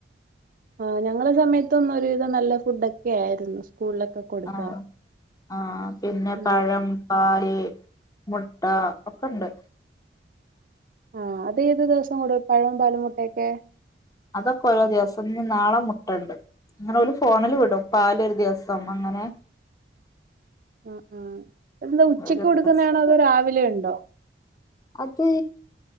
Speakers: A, on the right; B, on the left.
A: ആഹ് ഞങ്ങളെ സമയത്തൊന്നൊരു വിധം നല്ല ഫുഡ് ഒക്കെ ആയ്ര്ന്ന് സ്കൂളിലൊക്കെ കൊടുക്കാൻ
B: ആഹ് ആഹ് പിന്നെ
A: ഉം
B: പഴം പല് മുട്ട ഒക്കണ്ട്
A: ആഹ് അത് ഏത് ദിവസം കൊടും പഴോം പാലും മുട്ടയൊക്കെ
B: അതൊക്കെ ഓരോ ദിവസം ഇഞ്ഞി നാളെ മുട്ടണ്ട് ഇങ്ങളെല് ഫോണില് വിടും പാലൊര് ദിവസം അങ്ങനെക്കെ
A: ആഹ് ആ എന്താ ഉച്ചക്ക്
B: ഓരോ
A: കൊട്ക്ക്‌ന്നെണോ
B: ദിവസം
A: അതോ രാവിലെ ഇണ്ടോ
B: അത്